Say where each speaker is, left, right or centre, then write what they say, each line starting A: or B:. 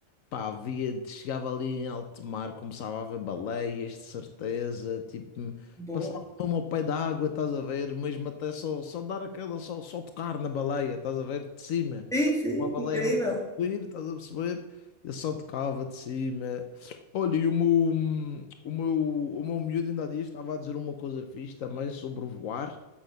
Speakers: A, on the left; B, in the centre.
A: Pá, via, chegava ali em alto mar, começava a ver baleias, de certeza, tipo,
B: boa.
A: passava mesmo ao pé da água, estás a ver, mesmo até só, só dar aquela, só, só tocar na baleia, estás a ver, de cima.
B: Sim, sim,
A: Uma baleia
B: incrível.
A: não pode subir, estás a perceber? Eu só tocava de cima. Olha, e o meu, o meu, o meu miúdo ainda há dias estava a dizer uma coisa fixe também sobre voar.